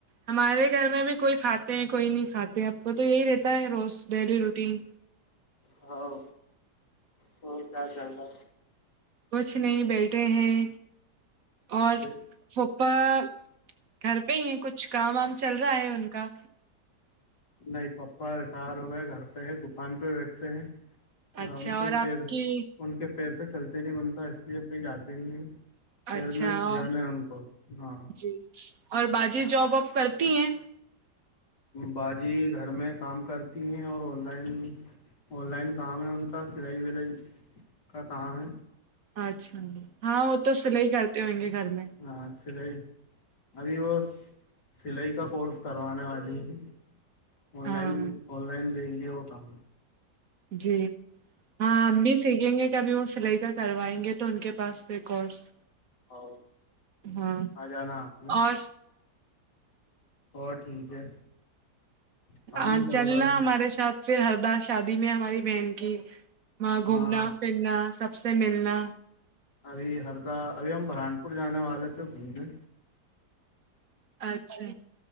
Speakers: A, on the right (about 55°); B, on the left (about 75°).
A: ہمارے گھر میں بھی کوئی کھاتے ہیں کوئی نہیں کھاتے ہیں اب کو تو یہی رہتا ہے روز ڈیلی روٹین
B: ہاں تو کیا چلنا
A: کچھ نہیں بیٹھے ہیں اور
B: ہے
A: پوپا گھر پہ ہی ہیں کچھ کام وام چل رہا ہے ان کا
B: نہیں پپا ریٹائر ہو گئے گھر پہ ہے دکان پہ بیٹھتے ہیں ہاں
A: اچھا
B: ان
A: اور
B: کے
A: آپ
B: پ
A: کی
B: ان کے پیر سے چلتے نہیں بنتا اس لیے کہئی آاتتے نہیں ہیں پیر
A: اچھا
B: میں سوجن
A: اور
B: ہیں ان کو ہاں
A: جی اور باجی جاب وب کرتی ہیں
B: باازی گھر میں کام کرتی ہیں اور آن لائن آن لائن کام ہے ان کا سلائی ولائی کا کام ہے
A: اچھا ہاں وہ تو سل ہی کرتے ہئیں گے گھر میں
B: ہاں سلائی ابھی وہ سلائی کا کورس کروانے والی ہے آن
A: ہاں
B: لائن آن لائن دیں گی وہ کام
A: جی ہاں م سیکھیں گے کہ ابھی وہ سلائی کا کروائیں گے تو ان کے پاس وہ کورس
B: اور
A: ہاں
B: آ جانا ہے آپ نے
A: اور
B: اور ٹھیک ہے کام
A: اچ
B: چل
A: چلنا
B: رہا ہے
A: ہمارے ساتھ پھر ہر دار شادی میں ہماری بہن کی وہاں گھومنا
B: ہاں
A: پھرنا سب سے ملنا
B: ابھی ہردہ ابھی ہم بران پور جانے والے تھے گھومنے
A: اچھا